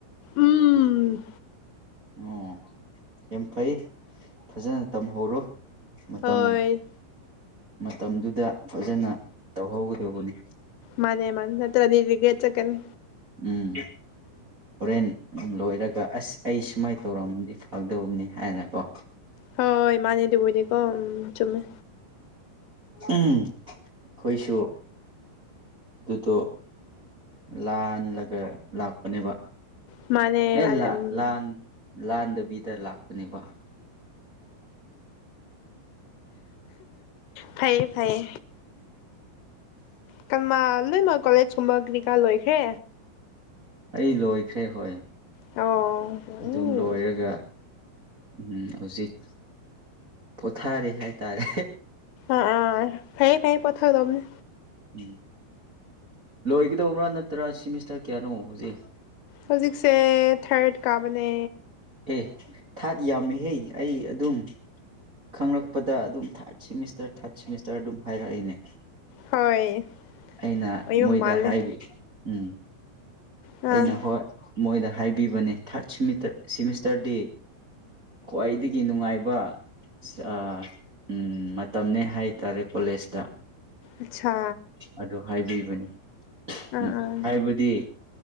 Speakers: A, on the left; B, on the right.
A: ꯎꯝ
B: ꯑꯣ ꯌꯥꯝ ꯐꯩ ꯐꯖꯅ ꯇꯝꯍꯧꯔꯣ ꯃꯇꯝ
A: ꯍꯣꯏ
B: ꯃꯇꯝꯗꯨꯗ ꯐꯖꯅ ꯇꯧꯍꯧꯒꯗꯧꯕꯅꯤ
A: ꯃꯥꯅꯦ ꯃꯥꯟ ꯅꯠꯇ꯭ꯔꯗꯤ ꯔꯤꯒ꯭ꯔꯦꯠ ꯆꯠꯀꯅꯤ
B: ꯎꯝ ꯍꯣꯔꯦꯟ ꯂꯣꯏꯔꯒ ꯑꯁ ꯑꯩ ꯁꯨꯃꯥꯏ ꯇꯧꯔꯝꯃꯗꯤ ꯐꯥꯗꯧꯕꯅꯦ ꯍꯥꯏꯅꯀꯣ
A: ꯍꯣꯏ ꯃꯥꯅꯦ ꯗꯨꯕꯨꯗꯤ ꯀꯣ ꯎꯝ ꯆꯨꯝꯃꯦ
B: ꯎꯝ ꯈꯣꯏꯁꯨ ꯗꯨꯗꯣ ꯂꯥꯟꯂꯒ ꯂꯥꯛꯄꯅꯦꯕ
A: ꯃꯥꯅꯦ
B: ꯑꯩꯂꯥ
A: ꯃꯥꯅꯦ ꯎꯝ
B: ꯂꯥꯟ ꯂꯥꯟꯗꯕꯤꯗ ꯂꯥꯛꯄꯅꯦꯕ
A: ꯐꯩꯌꯦ ꯐꯩꯌꯦ ꯀꯜꯃꯥ ꯂꯣꯏꯃꯥ ꯀꯣꯂꯦꯖ ꯀꯨꯝꯕ ꯀꯔꯤꯀꯥ ꯂꯣꯏꯈ꯭ꯔꯦ
B: ꯑꯩ ꯂꯣꯏꯈ꯭ꯔꯦ ꯍꯣꯏ
A: ꯑꯣ
B: ꯑꯗꯨꯝ
A: ꯎꯝ
B: ꯂꯣꯏꯔꯒ ꯎꯝ ꯍꯧꯖꯤꯛ ꯄꯣꯊꯥꯔꯦ ꯍꯥꯏꯇꯥꯔꯦ
A: ꯑꯥ ꯑꯥ ꯐꯩꯌꯦ ꯐꯩꯌꯦ ꯄꯣꯊꯥꯒꯗꯧꯝꯅꯦ
B: ꯎꯝ ꯂꯣꯏꯒꯗꯧꯕ꯭ꯔꯥ ꯅꯠꯇ꯭ꯔ ꯁꯤꯃꯤꯁꯇꯔ ꯀꯌꯥꯅꯣ ꯍꯨꯖꯤꯛ
A: ꯍꯧꯖꯤꯛꯁꯦ ꯊꯔꯠ ꯀꯥꯕꯅꯦ
B: ꯑꯦ ꯊꯥꯠ ꯌꯥꯝꯃꯤꯍꯦ ꯑꯩ ꯑꯗꯨꯝ ꯈꯪꯔꯛꯄꯗ ꯑꯗꯨꯝ ꯊꯥꯔꯠ ꯁꯤꯃꯤꯁꯇꯔ ꯊꯥꯔꯠ ꯁꯦꯃꯤꯁꯇꯔ ꯗꯨꯝ ꯍꯥꯏꯔꯛꯑꯦꯅꯦ
A: ꯍꯣꯏ
B: ꯑꯩꯅ
A: ꯑꯣꯏꯌꯨꯝ
B: ꯃꯣꯏꯗ
A: ꯃꯥꯜꯂꯦ
B: ꯍꯥꯏꯕꯤ ꯎꯝ
A: ꯑꯥ
B: ꯑꯩꯅ ꯍꯣꯏ ꯃꯣꯏꯗ ꯍꯥꯏꯕꯤꯕꯅꯦ ꯊꯥꯔꯠ ꯁꯤꯃꯤꯇ ꯁꯤꯃꯤꯁꯇꯔꯗꯤ ꯈ꯭ꯋꯥꯏꯗꯒꯤ ꯅꯨꯉꯥꯏꯕ ꯁꯑꯥ ꯎꯝ ꯃꯇꯝꯅꯦ ꯍꯥꯏꯇꯥꯔꯦ ꯀꯣꯂꯦꯖꯇꯥ
A: ꯑꯠꯁꯥ
B: ꯑꯗꯨ ꯍꯥꯏꯕꯤꯕꯅꯤ
A: ꯑꯥ
B: ꯎꯝ
A: ꯑꯥ
B: ꯍꯥꯏꯕꯗꯤ